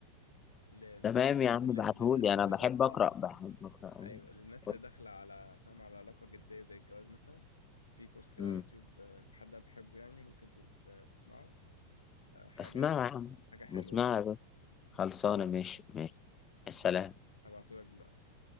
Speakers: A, on the left; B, on the left.
A: لل-
B: تمام
A: للناس
B: يا عم
A: اللي
B: ابعتهولي
A: للناس
B: انا
A: اللي
B: بحب
A: ده اه
B: اقرا بحب اقرا أوي.
A: ايوه للناس
B: قول.
A: اللي داخله على فاهم على علاقه جديه زي الجواز مثلا في كورس كده
B: مم.
A: على اليوتيوب آه، حد أنا بحبه يعني ممكن تت- تسمعه آه، حاجة
B: اسمعها يا عم
A: حاجة حلوة
B: اسمعها
A: يعني
B: يا باشا خلصانة
A: خلاص
B: ماشي ماشي
A: قشطة.
B: السلام
A: هبعتهولك دلوقتي